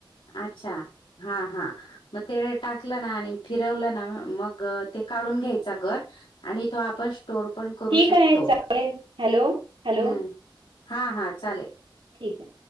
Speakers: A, on the left; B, on the right.
A: अच्छा, हा हा. मग ते टाकलं ना आणि फिरवलं ना, मग ते काढून घ्यायचा गर आणि तो आपण स्टोर पण करू
B: ठीक
A: शकतो.
B: आहे चालेल हॅलो हॅलो
A: हुं. हा हा चालेल.
B: ठीक हाय.